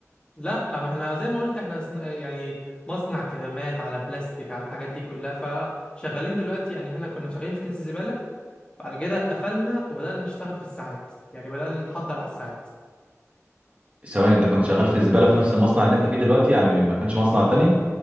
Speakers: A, on the left; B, on the right.
A: لا ما احنا زي ما قلت احنا صن- يعني مصنع كمامات على بلاستيك على الحاجات دي كلها فشغالين دلوقتي يعني احنا كنا شغالين في كيس الزباله بعد كده قفلنا وبدانا نشتغل في الساعات يعني بدانا نحضر على الساعات
B: ثواني انت كنت شغال في الزبالة في نفس المصنع اللي انت فيه دلوقتي يعني ما كانش مصنع تاني